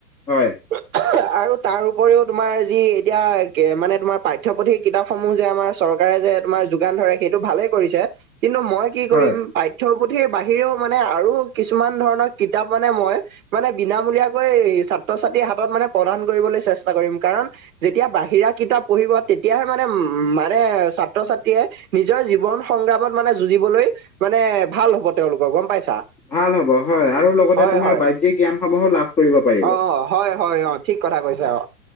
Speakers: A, in the centre; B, on the right (about 55°).
A: হয়
B: <unintelligible> আৰু তাৰ উপৰিও তোমাৰ যি এতিয়া কে মানে তোমাৰ পাঠ্যপুথিৰ কিতাপসমূহ যে আমাৰ চৰকাৰে যে তোমাৰ যোগান ধৰে সেইটো ভালে কৰিছে কিন্তু মই কি
A: হয়
B: কৰিম পাইত ঠ্যপুথিৰ বাহিৰেও মানে আৰু কিছুমান ধৰণৰ কিতাপ মানে মই মানে বিনামূলীয়াকৈ ছাত্ৰ ছাত্ৰীৰ হাতত মানে প্ৰদান কৰিবলৈ চেষ্টা কৰিম কাৰণ যেতিয়া বাহিৰা কিতাপ পঢ়িব তেতিয়াহে মানে উম মানে ছাত্ৰ ছাত্ৰীয়ে, নিজৰ জীৱন সংগ্ৰামত মানে যুঁজিবলৈ মানে ভাল হব তেওঁওলোকৰ গম পাইছা
A: ভাল হ'ব হয় আৰু লগতে
B: হয়
A: তোমাৰ
B: হয়
A: বাহ্যিক জ্ঞানসমূহো লাভ কৰিব পাৰিব
B: অ অ হয় হয় অ ঠিক কথা কৈছে অ